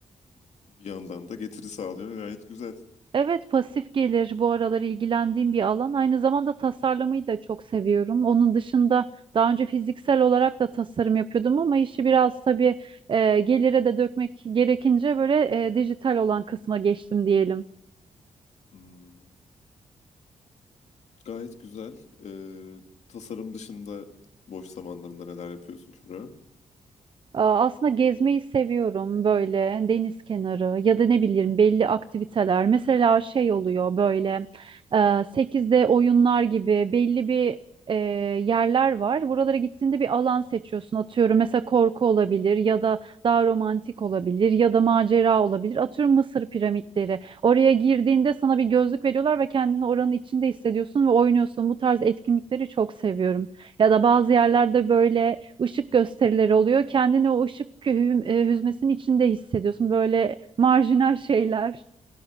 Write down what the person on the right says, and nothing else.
Evet, pasif gelir bu aralar ilgilendiğim bir alan. Aynı zamanda tasarlamayı da çok seviyorum. Onun dışında daha önce fiziksel olarak da tasarım yapıyordum ama işi biraz tabii e, gelire de dökmek gerekince böyle e, dijital olan kısma geçtim diyelim.
Aa, Aslında gezmeyi seviyorum böyle deniz kenarı ya da ne bileyim belli aktiviteler. Mesela şey oluyor böyle e, 8'de oyunlar gibi belli bir e, yerler var. Buralara gittiğinde bir alan seçiyorsun. Atıyorum mesela korku olabilir ya da daha romantik olabilir ya da macera olabilir. Atıyorum Mısır piramitleri. Oraya girdiğinde sana bir gözlük veriyorlar ve kendini oranın içinde hissediyorsun ve oynuyorsun. Bu tarz etkinlikleri çok seviyorum. Ya da bazı yerlerde böyle ışık gösterileri oluyor. Kendini o ışık hü- e, hüzmesinin içinde hissediyorsun. Böyle marjinal şeyler.